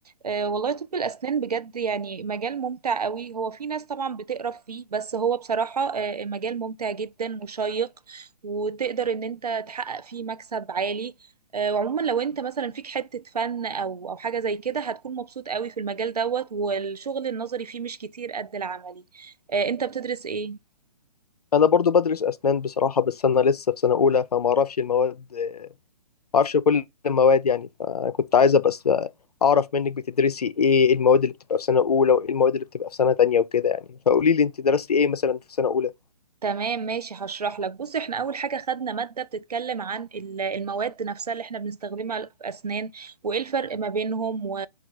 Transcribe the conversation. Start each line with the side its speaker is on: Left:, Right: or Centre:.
Right: آه، والله طب الأسنان بجد يعني مجال ممتع قوي هو في ناس طبعا بتقرف فيه بس هو بصراحة آه، مجال ممتع جدا وشيق وتقدر ان انت تحقق فيه مكسب عالي آه، وعموما لو انت مثلا فيك حتة فن او او حاجة زي كده هتكون مبسوط قوي في المجال دوت والشغل النظري فيه مش كتير قد العملي آه، انت بتدرس ايه؟
Left: انا برضو بدرس اسنان بصراحه بس انا لسه في سنه اولى فما اعرفش المواد ما اعرفش كل المواد يعني فكنت عايزه بس اعرف منك بتدرسي ايه إيه المواد اللي بتبقى في سنه اولى وايه المواد اللي بتبقى في سنه تانية وكده يعني فقولي لي انت درستي ايه مثلا في سنه اولى
Right: تمام ماشي هشرح لك بص احنا اول حاجه خدنا ماده بتتكلم عن ال- المواد نفسها اللي احنا بنستخدمها في اسنان وايه الفرق ما بينهم و...